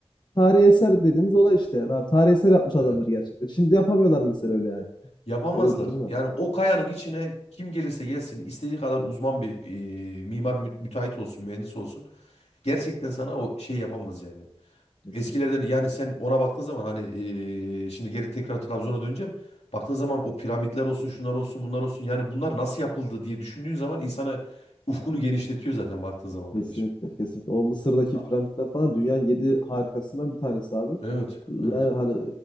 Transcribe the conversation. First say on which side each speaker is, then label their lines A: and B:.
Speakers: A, on the left (about 45°); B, on the left (about 85°).
A: tarihi eser dediğimiz olay işte yani abi tarihi eser yapmış adamlar
B: Evet.
A: gerçekten. Şimdi yapamıyorlar mesela öyle yani.
B: Yapamazlar.
A: Öyle bir durum var.
B: Yani o kayanın içine kim gelirse gelsin istediği kadar uzman bir eee, mimar mü- müteahhit olsun, mühendis olsun. Gerçekten sana o şey yapamaz yani.
A: Kesinlikle.
B: Eskilerden yani sen ona baktığın zaman hani eee, şimdi geri tekrar Trabzon'a döneceğim. Baktığın zaman o piramitler olsun, şunlar olsun, bunlar olsun. Yani bunlar nasıl yapıldı diye düşündüğün zaman insanı ufkunu genişletiyor zaten baktığın zaman
A: Kesinlikle,
B: kardeşim.
A: kesinlikle. O Mısır'daki
B: A-
A: piramitler falan dünyanın yedi harikasından bir tanesi abi.
B: Evet,
A: Ee, Yani
B: evet.
A: hani